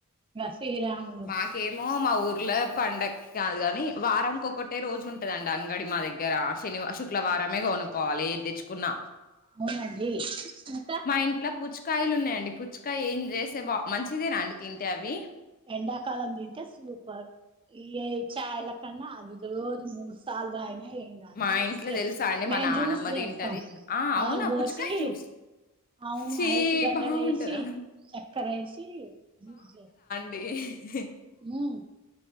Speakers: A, on the right (about 25°); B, on the left (about 40°).
A: శ్రీరాముడు
B: మాకేమో మా ఊర్ల పండక్కి కాదు కాని వారంకొకటే రోజు ఉంటదండి అంగడి మా దగ్గర శుక్రవారమే మొన్న కాలేజ్ కి తెచ్చుకున్న
A: అవునండి ఇంకా
B: ఇంట్లో పుచ్చకాయలు ఉన్నాయండి పుచ్చకాయ తింటే మంచిదేనా అండి తింటే అవి
A: ఎండాకాలం తింటే సూపర్ ఇగ ఇ చాయాల కన్నా అది రోజ మూడు సార్లు తాగిన ఏంకాదు
B: మా ఇంట్లో తెలుసా అండి
A: మేము
B: మా నానమ్మ
A: జ్యూస్ చేస్తాం
B: తింటది ఆ
A: పాలు
B: అవునా
A: పొసి
B: పుచ్చకాయ జ్యూస్
A: అవును
B: ఛీ
A: ఐస్ గడ్డలు
B: బాగుంటదా
A: వేసి చక్కర వేసి చేస్త
B: అ
A: మ్